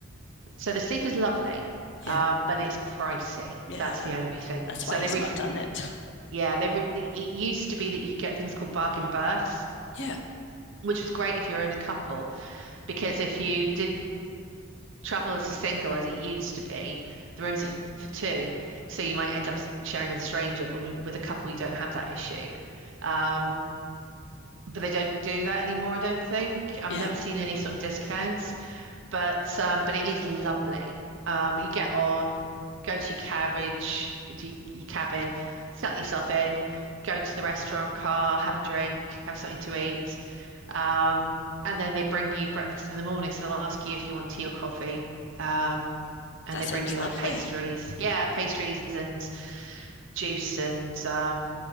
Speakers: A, on the right; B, on the left.
A: So the sleep is lovely,
B: Yeah,
A: um, but it's pricey.
B: yeah.
A: That's the only thing.
B: That's
A: So
B: why he's
A: they ref
B: not done it. <laughs>
A: yeah, they re the, it used to be that you could get things called bargain berths,
B: Yeah,
A: which was great if you're in a couple because if you did travel as a single as it used to be. The rooms are for two, so you might end up sharing with a stranger, but with a couple, you don't have that issue. Um, but they don't do that anymore, I don't think. I've
B: yeah.
A: never seen any sort of discounts, but um, but it is lovely. Um, you get on, go to your carriage, to y- your cabin, settle yourself in, go to the restaurant car, have a drink, have something to eat. Um, and then they bring you breakfast in the morning, so they'll ask you if you want tea or coffee. Um, and
B: That
A: they
B: sounds
A: bring you
B: lovely.
A: like pastries. Yeah, pastries and juice and um